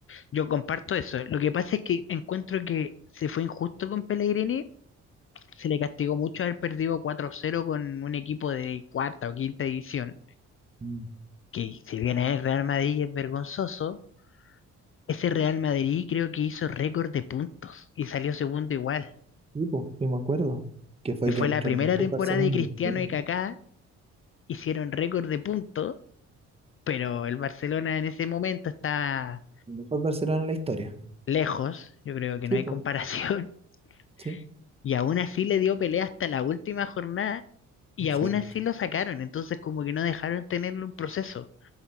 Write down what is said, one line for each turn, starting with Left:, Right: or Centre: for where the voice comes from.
Left: Yo comparto eso. Lo que pasa es que encuentro que se fue injusto con Pellegrini. Se le castigó mucho haber perdido cuatro cero con un equipo de cuarta o quinta división,
Right: Tipo,
Left: que si bien es el Real Madrid y es vergonzoso, Ese Real Madrid creo que hizo récord de puntos y salió segundo igual.
Right: sí, po, sí me acuerdo, que fue
Left: Y fue
Right: que entró
Left: la primera
Right: el mejor
Left: temporada
Right: Barcelona
Left: de Cristiano
Right: en la historia.
Left: y Kaká, hicieron récord de puntos, pero el Barcelona en ese momento estaba
Right: El mejor Barcelona en la historia.
Left: lejos, yo creo que
Right: Sí,
Left: no hay
Right: po,
Left: comparación,
Right: sí,
Left: <laughs> y aún así le dio pelea hasta la última jornada y
Right: exacto.
Left: aún así lo sacaron, entonces como que no dejaron tenerle un proceso.